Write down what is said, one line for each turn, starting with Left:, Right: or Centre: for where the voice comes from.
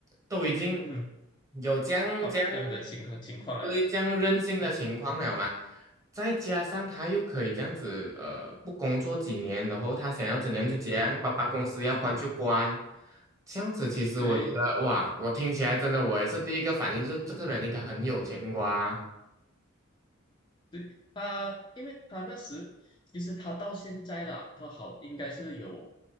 Right: 都已经
Left: 嗯哼，
Right: 有这样这样，
Left: 他这样的情况情况啊，
Right: 对这样任性的情况了嘛，再加上他又可以这样子，呃，不工作几年，然后他想要怎样就怎样，爸爸公司要关就关，这样子其实我觉得，
Left: 对。
Right: 哇，我听起来真的，我也是第一个反应就是这个人应该很有钱瓜，
Left: 对他，因为他那时其实他到现在啦，他好应该是有